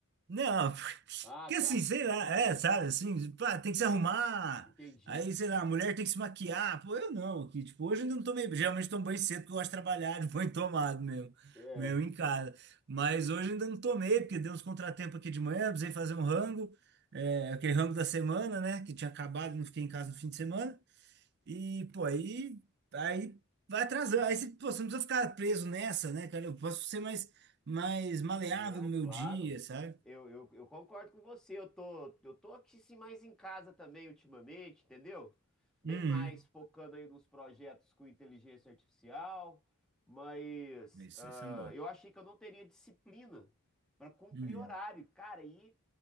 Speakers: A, on the right; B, in the centre.
A: não. <laughs>
B: Ah,
A: Porque
B: tá.
A: assim, sei lá, é, sabe, assim, pá, tem que se arrumar.
B: Entendi.
A: Aí, sei lá, a mulher tem que se maquiar. Pô, eu não, que tipo, hoje eu ainda não tomei, geralmente tomo banho cedo porque eu gosto de trabalhar <laughs> de banho tomado meu,
B: É.
A: meu em casa. Mas hoje eu ainda não tomei, porque deu uns contratempos aqui de manhã, precisei fazer um rango, é, aquele rango da semana, né, que tinha acabado, não fiquei em casa no fim de semana. E, pô, aí, aí vai atrasando. Aí, você, pô, você não precisa ficar preso nessa, né, cara? Eu posso ser mais, mais maleável
B: Não,
A: no meu
B: claro.
A: dia, sabe?
B: Eu, eu, eu concordo com você. Eu tô, eu tô aqui sim mais em casa também ultimamente, entendeu? Bem
A: Uhum.
B: mais focando aí nos projetos com inteligência artificial, mas
A: Isso,
B: ah,
A: isso é um bom.
B: eu achei que eu não teria disciplina para cumprir
A: Uhum.
B: horário, cara. E